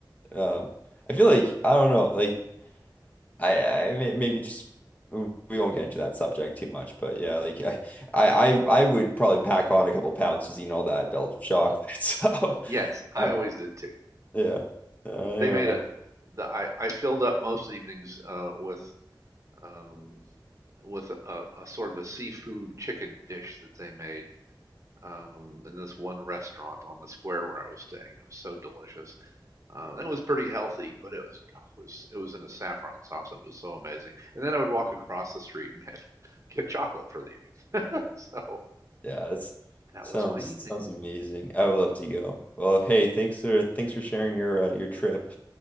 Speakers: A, on the left (about 20°); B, on the right (about 40°).
A: Um, I feel like I don't know. Like I, I may, maybe just we won't get into that subject too much. But yeah, like <laughs> I I I I would probably pack on a couple pounds just eating all that Belgian chocolate. <laughs>
B: Yes, I
A: So uh,
B: always did too.
A: yeah, uh, I
B: They
A: don't
B: made
A: know.
B: a the I I filled up most evenings uh with um with a, a sort of a seafood chicken dish that they made um in this one restaurant on the square where I was staying. It was so delicious. Um, it was pretty healthy, but it was oh, it was it was in a saffron sauce and it was so amazing. And then I would walk across the street and <laughs> have, get chocolate for the evening. <laughs> So
A: Yeah, that's
B: that
A: sounds
B: was my evening.
A: sounds amazing. I would love to go. Well, hey, thanks for thanks for sharing your uh, your trip.